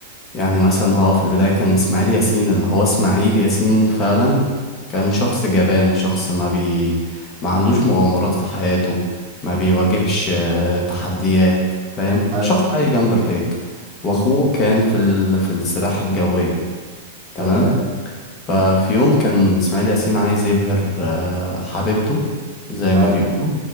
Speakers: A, on the left; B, on the right.
A: يعني مثلا هو في البداية كان إسماعيل ياسين اللي هو إسماعيل ياسين فعلا كان
B: مم.
A: شخص جبان شخص ما بي ما عندوش مغامرات في حياته ما بيواجهش
B: مم.
A: آه، تحديات فاهم
B: حلو
A: شخص عايش جنب الحيط وأخوه
B: مم.
A: كان في ال... في السلاح الجوية تمام
B: تمام
A: ففي يوم كان إسماعيل ياسين عايز يبهر آه، حبيبته زي
B: حلو
A: ما بيقولوا